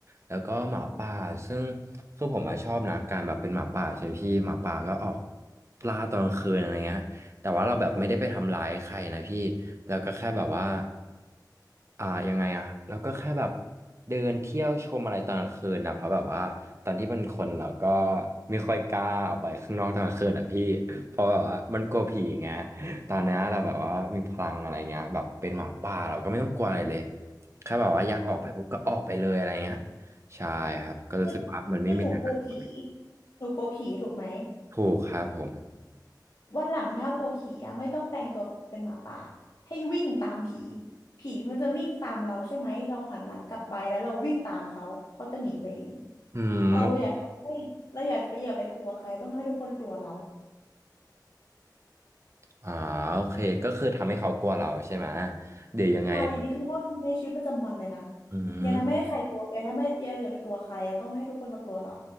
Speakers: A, on the right; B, on the left.
A: แล้วก็หมาป่าซึ่งคือผมอะชอบนะการแบบเป็นหมาป่าใช่ไหมพี่หมาป่าก็ออกปลาตอนกลางคืนอะไรเงี้ยแต่ว่าเราแบบไม่ได้ไปทำร้ายใครนะพี่ แล้วก็แค่แบบว่าอ่ายังไงอะแล้วก็แค่แบบเดินเที่ยวชมอะไรตอนกลางคืนนะเพราะแบบว่าตอนที่เป็นคนเราก็ไม่ค่อยกล้าออกไปข้างนอกตอนกลางคืนอะพี่เพราะแบบว่ามันกลัวผีไง ตอนเนี้ยเราแบบว่ามีพลังอะไรเงี้ยแบบเป็นหมาป่าเราก็ไม่ต้องกลัวอะไรเลยแค่แบบว่าอยากออกไปปุ๊บก็ออกไปเลยอะไรเงี้ยใช่ครับก็รู้สึกว่ามันไม่มีอะไรน่ากลัวเลย
B: คือคือหนูกลัวผีหนูกลัวผีถูกไหม
A: ถูกครับผม
B: วันหลังถ้ากลัวผีอะไม่ต้องแปลงตัวเป็นหมาป่าให้วิ่งตามผีผีมันจะวิ่งตามเราใช่ไหมเราหันหลังกลับไปแล้วเราวิ่งตามเขาเขาจะหนีไปเอง
A: อืม
B: เราอย่าทำให้เราอย่าไปอย่าไปกลัวใครต้องทำให้ทุกคนกลัวเรา
A: อ่าโอเคก็คือทำให้เขากลัวเราใช่ไหมเดี๋ยวยังไงแบบ
B: ใช่อันนี้คือข้อคิดในชีวิตประจำวันเลยนะ
A: อืม
B: อย่าทำให้ใครกลัวอย่าทำให้อย่าอย่าไปกลัวใครเราต้องให้ทุกคนมากลัวเรา